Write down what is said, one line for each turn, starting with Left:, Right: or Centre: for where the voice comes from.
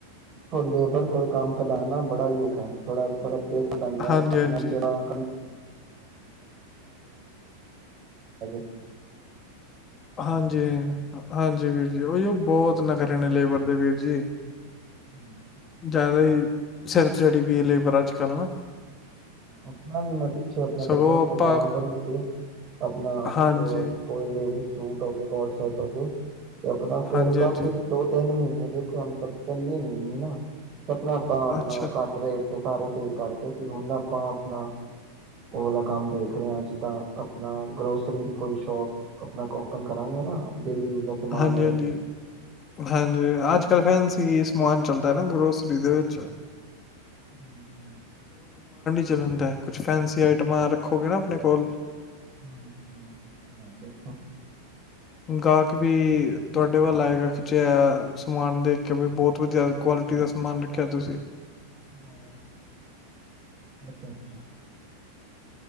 Right: ਲੇਬਰ ਕੋਲ ਕੰਮ ਕਰਉਣਾ ਬੜਾ ਹੀ ਔਖਾ ਹੈ ਥੋੜਾ ਬਬ ਦੇਖ ਸਪਨਾ
Left: ਹਾਂਜੀ ਹਾਂਜੀ
Right: ਜਦ ਆ <unintelligible>
Left: ਹਾਂਜੀ ਹਾਂਜੀ ਵੀਰ ਜੀ ਓਹੀ ਉਹ ਬਹੁਤ ਨਖਰੇ ਨੇ ਲੇਬਰ ਦੇ ਵੀਰ ਜੀ
Right: ਹਮ ਹ
Left: ਜ਼ਿਆਦਾ ਹੀ ਸਿਰ <unintelligible> ਲਈ ਪਰ ਅੱਜ ਕੱਲ੍ਹ ਨਾ
Right: ਆਪਣਾ ਵੀ ਮੈਂ ਪਿੱਛੇ ਆਪਣਾ
Left: ਸਗੋਂ
Right: ਕੱਪੜਿਆਂ ਦੀ
Left: ਆਪਾਂ
Right: ਦੁਕਾਨ ਖੋਲੀ ਸੀ ਆਪਣਾ
Left: ਹਾਂਜੀ
Right: ਕੋ ਲੇਡੀਜ਼ ਸੂਟ ਹੋਕੇ ਕੋਟ ਸ਼ਟ ਕਹੋ ਗੇ ਤੇ ਆਪਣਾ ਫੇਿਰ
Left: ਹਾਂਜੀ
Right: ਕਾਫੀ
Left: ਹਾਂਜੀ
Right: ਦੋ ਤਿੰਨ ਮਹੀਨੇ ਦੇਖਿਆ ਮਤਲਬ ਚੱਲੀ ਨ ਇਨੀ ਨਾ ਆਪਣਾ ਆਪਾਂ ਆਪਣਾ
Left: ਅੱਛਾ
Right: ਘੱਟ ਰੇਟ ਸਾਰੇ ਫੇਲ ਕਰਕੇ ਤੇ ਹੁਣ ਆਪਾਂ ਆਪਣਾ ਲਾ ਕੰਮ ਦੇਖ ਰਹੇ ਹ ਜਿੱਦਾਂ ਆਪਣਾ ਗਰੋਸਰੀ ਦੀ ਕੋਈ ਸ਼ੋਪ ਆਪਣਾ ਓਪਨ ਕਰਾਂਗੇ ਨਾ ਡੇਲੀ ਯੂਜ ਦਾ ਸਮਾਨ
Left: ਹਾਂਜੀ
Right: ਹੈ
Left: ਹਾਂਜੀ ਹਾਂਜੀ ਅੱਜ ਕੱਲ ਫੈਨਸ ਸਮਾਨ ਚੱਲਦਾ ਨਾ ਗਰੋਸਰੀ ਦੇ ਵਿੱਚ
Right: ਹਮ ਹਮ
Left: ਰਹਿੰਦਾ ਹੈ ਫੈਂਸੀ ਆਈਟਮਾਂ ਰੱਖੋਗੇ ਨਾ ਆਪਣੇ ਕੋਲ
Right: ਹਾਂਜੀ ਹਾਂਜੀ ਹਾਂ ਦੇਖੋ
Left: ਗਾਹਕ ਵੀ ਤੁਹਾਡੇ ਵੱਲ ਆਏਗਾ ਖਿੱਚਿਆ ਸਮਾਨ ਦੇਖ ਕੇ ਵੀ ਬਹੁਤ ਵਧੀਆ ਕੁਆਲਿਟੀ ਦਾ ਸਮਾਨ ਰੱਖਿਆ ਤੁਸੀਂ
Right: ਹਾਂ ਅੱਛਾ ਅੱਛਾ